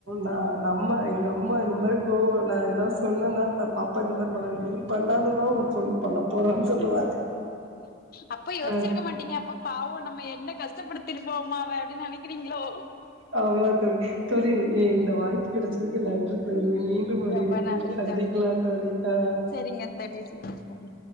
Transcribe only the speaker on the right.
நா நம்ம எங்கம்மா இந்த மாரி கோவ நா எதா சொன்னேனா பா பாப்பா இந்த மாரி பண்ணாங்க நீ பண்ணாததா உ பொண்ணு பண்ணப் போறான் சொல்லுவாங்க
அது
ஆமா தோழி தோழி எ இந்த வாய்ப்பு கெடச்சதுக்கு நன்றித் தோழி மீண்டும் ஒரு
இணைப்பில்
சந்திக்கலா
தோழி ஆ